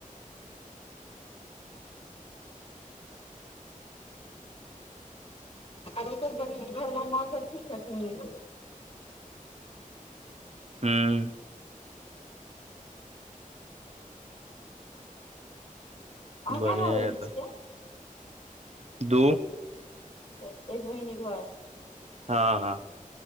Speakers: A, on the left (about 45°); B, on the right (about 50°).
A: आरो सब बढ़िआ घरमे मे माँ सब ठीक छथिन।
B: हूं
A: अहाँ
B: बढ़िआ
A: कए रहबै
B: य तऽ
A: छियै
B: दू
A: एक बहिन एक भा।
B: हाॅं हाॅं।